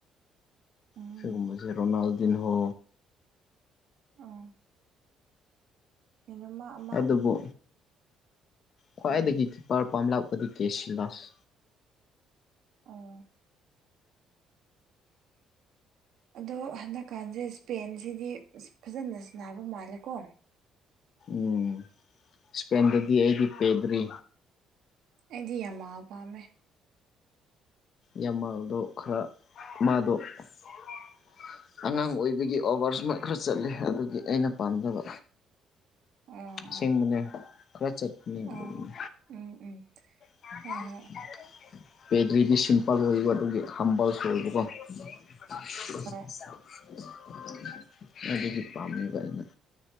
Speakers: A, on the right; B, on the left.
A: ꯎꯝ
B: ꯑꯁꯤꯒꯨꯝꯕꯁꯦ ꯔꯣꯅꯥꯜꯗꯤꯟꯍꯣ
A: ꯎꯝ ꯀꯩꯅꯣꯝꯃ ꯑꯃ
B: ꯑꯗꯨꯕꯨ
A: ꯎꯝ
B: ꯈ꯭ꯋꯥꯏꯗꯒꯤ
A: ꯎꯝ
B: ꯀꯤꯄꯔ ꯄꯥꯝꯂꯛꯄꯗꯤ ꯀꯦꯁꯤꯂꯥꯁ
A: ꯑꯣ ꯑꯗꯣ ꯍꯟꯗꯛꯀꯥꯟꯁꯦ ꯏꯁꯄꯦꯟꯁꯤꯗꯤ ꯐꯖꯅ ꯁꯥꯟꯅꯕ ꯃꯥꯜꯂꯦꯀꯣ
B: ꯎꯝ ꯏꯁꯄꯦꯟꯗꯗꯤ ꯑꯩꯗꯤ ꯄꯦꯗ꯭ꯔꯤ
A: ꯑꯩꯗꯤ ꯌꯥꯝꯃꯥ ꯄꯥꯝꯃꯦ
B: ꯌꯥꯝꯃꯜꯗꯣ ꯈꯔ ꯃꯥꯗꯣ <unintelligible> <unintelligible> ꯑꯉꯥꯡ ꯑꯣꯏꯕꯒꯤ ꯑꯣꯚꯔ ꯏꯁꯃꯥꯔꯠ ꯈꯔ ꯆꯠꯂꯦ ꯑꯗꯨꯒꯤ ꯑꯩꯅ ꯄꯥꯝꯗꯕ
A: ꯑꯣ
B: ꯑꯁꯦꯡꯕꯅꯦ
A: ꯎꯝ
B: ꯈꯔ ꯆꯠꯄꯅꯦ ꯑꯗꯨꯒꯤ
A: ꯑꯣ ꯎꯝ ꯎꯝ
B: <unintelligible>
A: ꯍꯣꯏ ꯍꯣꯏ
B: ꯄꯦꯗ꯭ꯔꯤꯗꯤ ꯁꯤꯝꯄꯜ ꯑꯣꯏꯌꯦꯕ ꯑꯗꯨꯒꯤ ꯍꯝꯕꯜꯁꯨ ꯑꯣꯏꯕꯀꯣ <unintelligible>
A: ꯍꯣꯏ
B: ꯑꯗꯨꯒꯤ ꯄꯥꯝꯃꯤꯕ ꯑꯩꯅ